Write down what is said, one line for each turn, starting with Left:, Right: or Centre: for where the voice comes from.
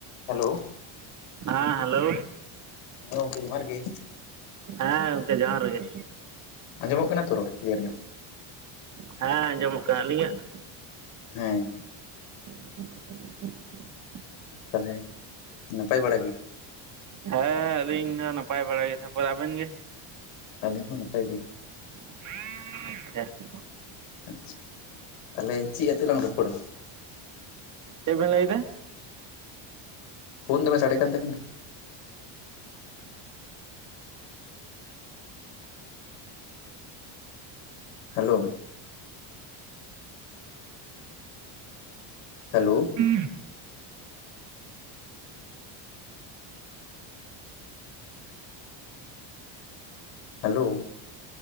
Left: Hello
Right: ᱦᱮᱸ hello,
Left: ᱦᱮᱸ ᱜᱚᱝᱠᱮ ᱡᱚᱦᱟᱨ ᱜᱮ
Right: ᱦᱮᱸ᱾ ᱡᱚᱦᱟᱨ ᱜᱮ᱾
Left: ᱟᱸᱡᱚᱢᱚᱜ ᱠᱟᱱᱟ ᱛᱚ ᱨᱚᱲ ᱠᱞᱤᱭᱟᱨ ᱧᱚᱜ᱾
Right: ᱦᱮᱸ ᱟᱸᱡᱚᱢᱚᱜ ᱠᱟᱱᱟ ᱟᱹᱞᱤᱧᱟᱜ᱾
Left: ᱦᱮᱸ
Right: <inaudible>
Left: ᱛᱟᱦᱚᱞᱮ ᱱᱟᱯᱟᱭ ᱵᱟᱲᱟ ᱜᱮ᱾
Right: ᱦᱮᱸ ᱟᱞᱤᱧ ᱫᱚ ᱱᱟᱯᱟᱭ ᱵᱟᱲᱟ ᱜᱮ ᱛᱟᱯᱚᱨᱮ ᱟᱵᱮᱱ ᱜᱮ᱾
Left: ᱟᱹᱞᱤᱧ ᱦᱚᱸ ᱱᱟᱯᱟᱭ ᱜᱮ᱾
Right: <inaudible>
Left: ᱟᱪᱪᱷᱟ ᱛᱟᱦᱚᱞᱮ ᱪᱮᱫ ᱟᱛᱮ ᱞᱟᱝ ᱨᱚᱯᱚᱲᱟ᱾
Right: ᱮᱫ ᱵᱮᱱ ᱞᱟ. ᱭ ᱮᱫᱟ᱾
Left: ᱯᱷᱳᱱ ᱫᱚᱢᱮ ᱥᱟᱰᱮ ᱠᱟᱱ ᱛᱟᱵᱤᱱ ᱫᱚ᱾ ᱦᱮᱞᱳ ᱦᱮᱞᱳ
Right: ᱦᱮᱸ
Left: ᱦᱮᱞᱳ